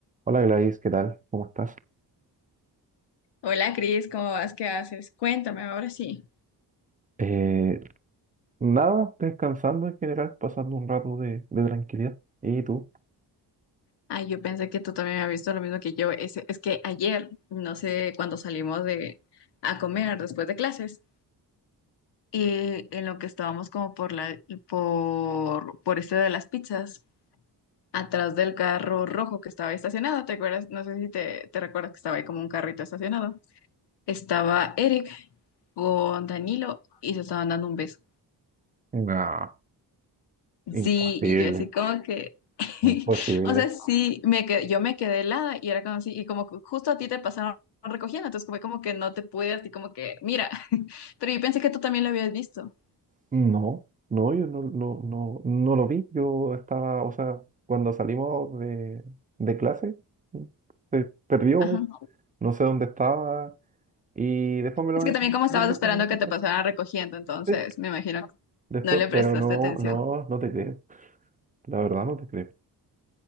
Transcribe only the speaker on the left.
Hola Cris, ¿cómo vas? ¿Qué haces? Cuéntame ahora sí.
Ay, yo pensé que tú también habías visto lo mismo que yo. Es, es que ayer, no sé, cuando salimos de a comer después de clases, eh, en lo que estábamos como por la por por este de las pizzas, atrás del carro rojo que estaba ahí estacionado, ¿te acuerdas? No sé si te, te recuerdas que estaba ahí como un carrito estacionado. Estaba Eric con Danilo y se estaban dando un beso.
Sí, y yo así como que, <laughs>
o sea, sí, me que yo me quedé helada y era como así, y como que justo a ti te pasaron recogiendo, entonces fue como que no te pude, así como que, mira, <laughs> pero yo pensé que tú también lo habías visto.
Ajá.
Es que
también como estabas
esperando
que te pasaran recogiendo, entonces
me imagino que
no le prestaste
atención.